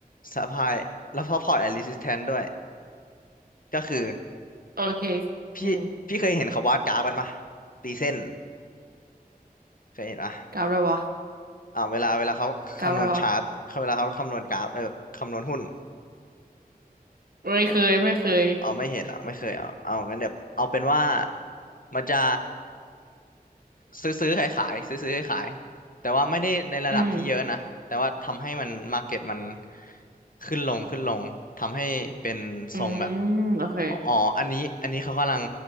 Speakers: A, on the left; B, on the right.
A: supply แล้ว support and resistance ด้วยก็คือ
B: โอเค
A: พี่พี่เคยเห็นเขาวาดกราฟกันปะ
B: อืม
A: ตีเส้นเคยเห็นปะ
B: กราฟอะไรวะ
A: อ่าเวลาเวลาเขาคำนวณชาร์ตเขาเวลาเขาคำนวณกราฟเออคำนวณหุ้น
B: กราฟอะไรวะ ไม่เคยไม่เคย
A: เอาไม่เห็นอ่ะไม่เคยเอาเอางั้นเดี๋ยวเอาเป็นว่ามันจะซื้อซื้อขายขายซื้อซื้อขายขายแต่ว่าไม่ได้ในระดับที่เยอะนะแต่ว่าทำให้มันมาร์เก็ตมัน
B: อืม
A: ขึ้นลงขึ้นลงทำให้เป็นทรงแบบ
B: อืมโอเค
A: อ๋ออ๋ออันนี้อันนี้เขากำลัง